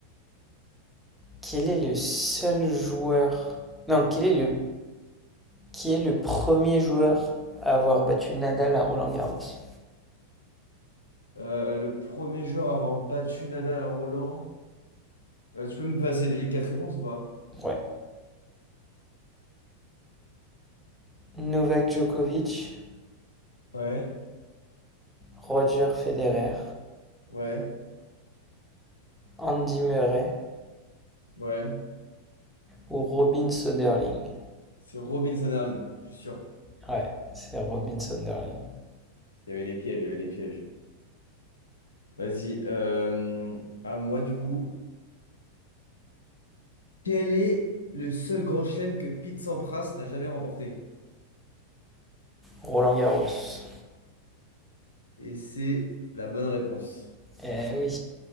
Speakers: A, in the centre; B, on the left.
A: Quel est le seul joueur... Non, quel est le... qui est le premier joueur à avoir battu Nadal à Roland Garros?
B: Euh, le premier joueur à avoir battu Nadal à Roland. Euh, tu peux me passer les quatre réponses ou pas?
A: Ouais. Novak Djokovic,
B: Ouais,
A: Roger Federer,
B: ouais,
A: Andy Murray
B: ouais.
A: ou Robin Söderling
B: C'est robin sanderling je suis sûr.
A: Ouais, c'est Robin Söderling.
B: Il y avait les pièges, il y avait les pièges. Vas-y, euh, à moi du coup. Quel est le seul grand chelem que Pete Sampras n'a jamais remporté?
A: Roland Garros.
B: Et c'est la bonne réponse.
A: Eh oui.